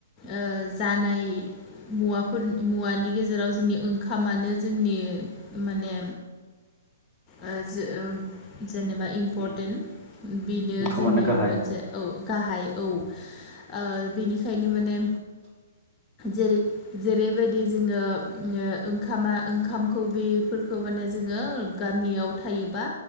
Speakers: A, on the left (about 20°); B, on the right (about 15°).
A: ओ-जानाय। मुवाफोर मुवानि गेजेराव जोंनि ओंखामानो जोंनि माने ओ- जो-ओ- जेनेबा इम्परटेन्ट
B: उम
A: बेनो
B: ओंखामानो
A: जोंनि
B: गाहाय
A: मोनसे औ। गाहाय औ। ओ-बेनिखायनो माने, जेरै जेरैबायदि जोङो ओंखामा ओंखामखौ बेफोरखौ। माने जोङो गामियाव थायोबा